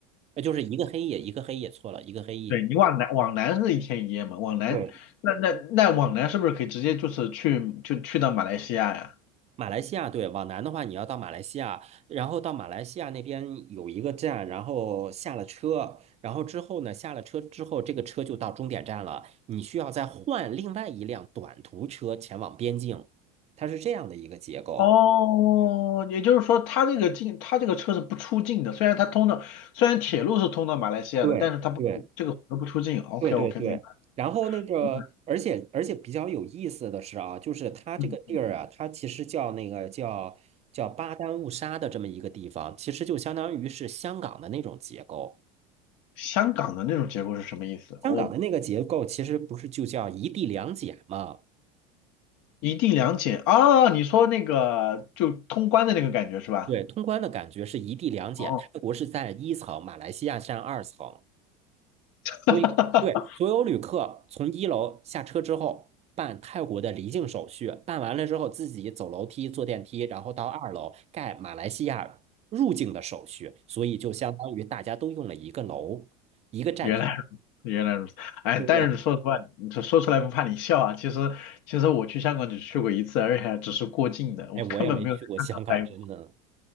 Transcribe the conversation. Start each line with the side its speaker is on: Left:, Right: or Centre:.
Right: 那就是一个黑夜，一个黑夜，错了，一个黑夜。
Left: 对你往南往南是一天一夜嘛，往南那那那往南是不是可以直接就是去就去到马来西亚呀？
Right: 对，马来西亚，对，往南的话，你要到马来西亚，然后到马来西亚那边有一个站，然后下了车，然后之后呢，下了车之后，这个车就到终点站了，你需要再换另外一辆短途车前往边境，它是这样的一个结构。
Left: 哦，也就是说，它这个进，它这个车是不出境的。虽然它通的，虽然铁路是通到马来西亚的，
Right: 对对
Left: 但是它不，这个河不出境。OK
Right: 对对对，
Left: OK，明白
Right: 然后那个，
Left: 明白。
Right: 而且而且比较有意思的是啊，就是它这个地儿啊，
Left: 嗯，
Right: 它其实叫那个叫叫巴丹误沙的这么一个地方，其实就相当于是香港的那种结构。
Left: 香港的那种结构是什么意思？
Right: 香港的那个结构其实不是就叫一地两检嘛？
Left: 我一地两检啊，你说那个就通关的那个感觉是吧？
Right: 对，通关的感觉是一地两检，
Left: 哦，
Right: 泰国是在一层，马来西亚占二层。所以，
Left: <laughs>
Right: 对，所有旅客从一楼下车之后，办泰国的离境手续，办完了之后自己走楼梯、坐电梯，然后到二楼盖马来西亚入境的手续，所以就相当于大家都用了一个楼、一个站台。
Left: 原来如原来如此，哎，
Right: 对，
Left: 但是说实话，你说说出来不怕你笑啊。其实其实我去香港只去过一次，而且还只是过境的，
Right: 哎，
Left: 我根本没有在香港待过。
Right: 我也没去过香港，真的，